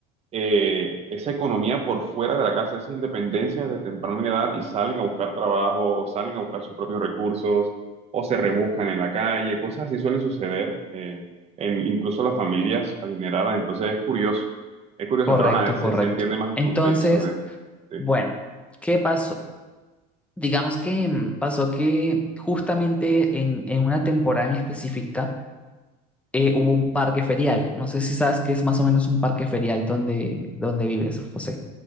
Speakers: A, on the right; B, in the centre.
A: eh, esa economía por fuera de la casa, esa independencia desde temprana edad y salen a buscar trabajo o salen a buscar sus propios recursos o se rebuscan en la calle, cosas así suelen suceder eh, en incluso las familias adineradas, entonces es curioso, es curioso,
B: Correcto,
A: pero ajá, se,
B: correcto.
A: se entiende más
B: Entonces,
A: el contexto de, de-
B: bueno, ¿qué pasó? Digamos que mm, pasó que justamente en, en una temporada en específica eh, hubo un parque ferial. No sé si sabes qué es más o menos un parque ferial donde, donde vives, José.